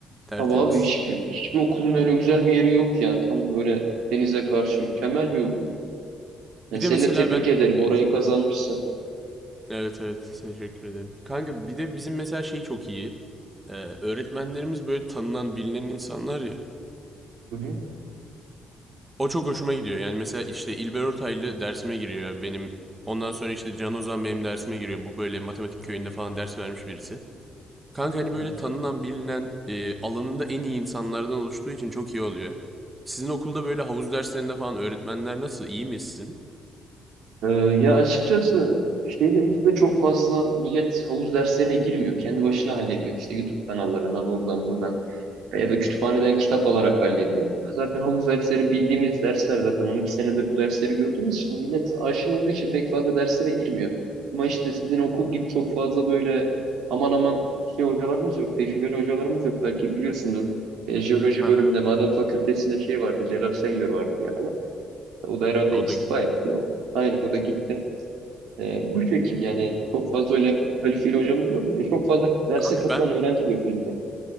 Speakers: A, on the right; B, on the right.
A: Tertemiz.
B: tabii abi hiç- hiçbir okulun öyle güzel bir yeri yok ya. Tam böyle denize karşı mükemmel bir okul. Yani
A: Bir
B: seni
A: de mesela
B: de tebrik
A: ben
B: ederim. Orayı
A: e,
B: kazanmışsın.
A: evet evet teşekkür ederim. Kanka bir de bizim mesela şey çok iyi. Ee, öğretmenlerimiz böyle tanınan bilinen insanlar ya.
B: Hı hı.
A: O çok hoşuma gidiyor. Yani mesela işte İlber Ortaylı dersime giriyor benim. Ondan sonra işte Can Ozan benim dersime giriyor. Bu böyle matematik köyünde falan ders vermiş birisi. Kanka hani
B: Evet.
A: böyle tanınan, bilinen, e, alanında en iyi insanlardan oluştuğu için çok iyi oluyor. Sizin okulda böyle havuz derslerinde falan öğretmenler nasıl? İyi mi sizin?
B: Ee, ya açıkçası şeyde YouTube'da çok fazla millet havuz derslerine girmiyor. Kendi başına hallediyor. işte YouTube kanallarından oradan buradan. ya da
A: Anladım.
B: kütüphaneden kitap alarak hallediyor. Zaten havuz dersleri bildiğimiz dersler zaten 12 senedir bu dersleri gördüğümüz için millet aşina olduğu için pek fazla derslere girmiyor. Ama işte sizin okul gibi çok fazla böyle aman aman şey hocalarımız yok, tecrübeli hocalarımız yok. Belki biliyorsunuz e, jeoloji
A: Aha,
B: bölümünde maden fakültesinde şey vardı, Celal Şengör vardı bir aralar. O da herhalde
A: o
B: istifa
A: da git.
B: etti. O. Aynen o da gitti. E, bu şekilde yani çok fazla öyle kaliteli hocamız yok. Bir de çok fazla derse
A: Kanka
B: katılan
A: ben
B: öğrenci de yok bizde.